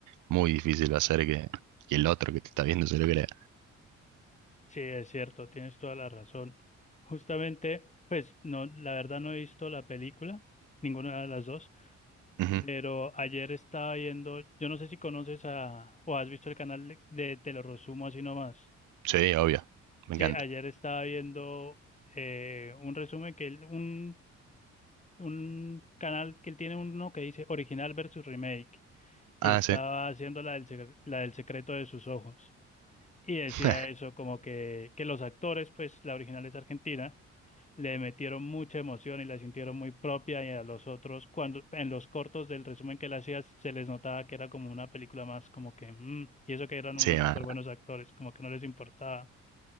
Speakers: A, on the right (about 85°); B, on the left (about 25°).
A: muy difícil va a ser que, que el otro que te está viendo se lo crea.
B: Sí, es cierto, tienes toda la razón. Justamente, pues no, la verdad no he visto la película, ninguna de las dos,
A: Ujú.
B: pero ayer estaba viendo, yo no sé si conoces a o has visto el canal de, de Te lo resumo así nomás.
A: Sí, obvio, me
B: Sí,
A: encanta.
B: ayer estaba viendo eh, un resumen que él- un un canal que él tiene uno que dice original versus remake y
A: Ah,
B: estaba
A: sí.
B: haciendo la del, secre- la del secreto de sus ojos. Y decía
A: <laughs>
B: eso, como que, que los actores, pues la original es argentina, le metieron mucha emoción y la sintieron muy propia y a los otros, cuando en los cortos del resumen que le hacías, se les notaba que era como una película más, como que, mm, y eso que eran unos
A: Sí,
B: súper
A: ma-
B: buenos actores, como que no les importaba.